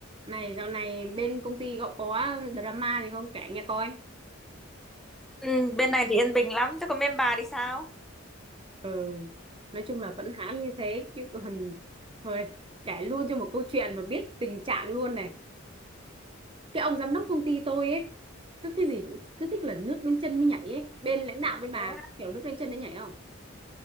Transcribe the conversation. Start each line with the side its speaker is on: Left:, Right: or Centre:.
Right: Này dạo này bên công ty cậu có drama gì không kể nghe coi.
Centre: Ừ, bên này thì yên bình lắm, chứ còn bên bà thì sao?
Right: Ừ, nói chung là vẫn hãm như thế chứ còn thôi kể luôn cho một câu chuyện mà biết tình trạng luôn này. Cái ông giám đốc công ty tôi ấy cứ cái gì cũng cứ thích là nước đến chân mới nhảy ấy. Bên lãnh đạo bên bà
Centre: Thế á,
Right: kiểu nước đến chân mới nhảy không?